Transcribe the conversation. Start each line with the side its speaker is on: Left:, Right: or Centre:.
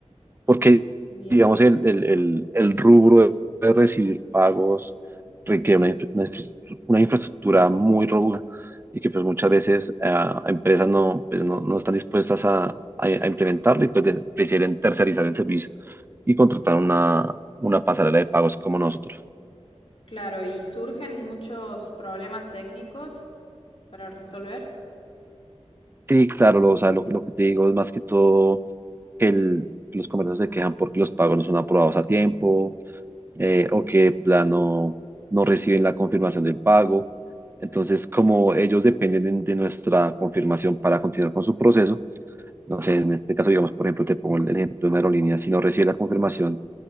Right: porque
Left: Bien.
Right: digamos el, el, el, el rubro de recibir pagos requiere una, infra- una infra- una infraestructura muy robusta y que pues muchas veces eh, empresas no, pues, no, no están dispuestas a, a- a implementarla y pues de- prefieren tercerizar el servicio y contratar una, una pasarela de pagos como nosotros.
Left: Claro, y surgen muchos problemas técnicos para resolver.
Right: Sí, claro, lo, o sea, lo, lo que te digo es más que todo que el- los comercios se quejan porque los pagos no son aprobados a tiempo eh, o que de plano no reciben la confirmación del pago. Entonces, como ellos dependen en- de nuestra confirmación para continuar con su proceso, no sé, en este caso, digamos, por ejemplo, te pongo el ejemplo de una aerolínea, si no recibe la confirmación